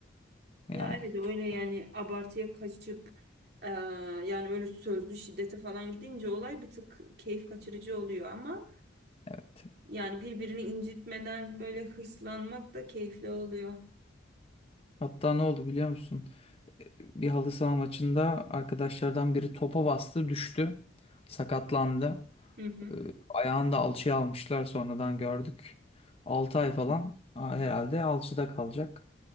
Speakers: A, on the left; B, on the right.
A: Yani
B: Ya evet öyle
A: çok
B: yani abartıya kaçıp eee, yani öyle sözlü şiddete falan gidince olay bir tık keyif kaçırıcı oluyor ama
A: evet.
B: yani birbirini incitmeden böyle hırslanmak da keyifli oluyor.
A: Hatta ne oldu biliyor musun? Bir halı saha maçında arkadaşlardan biri topa bastı düştü sakatlandı.
B: Hı hı.
A: Ee, Ayağını da alçıya almışlar sonradan gördük. 6 ay falan a, herhalde alçıda kalacak.